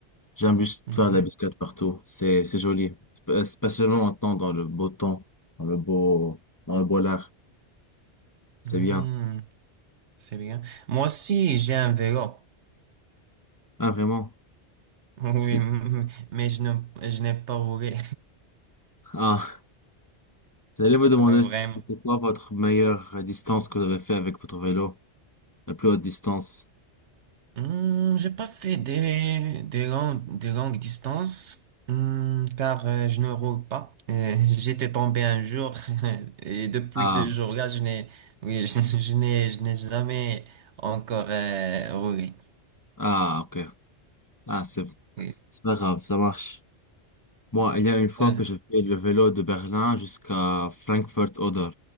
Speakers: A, on the left; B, on the right.
A: J'aime juste
B: Mhm.
A: faire de la biscate partout. C'est, c'est joli. Sp- Spécialement maintenant dans le beau temps, dans le beau, dans le beau lard. C'est
B: Mm,
A: bien.
B: c'est bien. Moi aussi, j'ai un vélo.
A: Ah, vraiment.
B: <laughs> Oui,
A: C'est-
B: mais je n'ai, je n'ai pas roulé.
A: Ah, j'allais vous
B: <laughs>
A: demander
B: Vraiment.
A: si c'était quoi votre meilleure distance que vous avez fait avec votre vélo? La plus haute distance.
B: Hmm, j'ai pas fait des, des longues, des longues distances, hmm, car euh, je ne roule pas. Euh, <laughs> j'étais tombé un jour <laughs> et depuis
A: Ah,
B: ce jour-là, je n'ai, oui, <laughs> je, je n'ai, je n'ai jamais encore euh, roulé.
A: ah, ok. Ah, c'est,
B: Oui.
A: c'est pas grave. Ça marche. Moi, il y a une fois
B: Ouais,
A: que
B: c'est
A: j'ai fait le vélo de Berlin jusqu'à Frankfurt-Oder.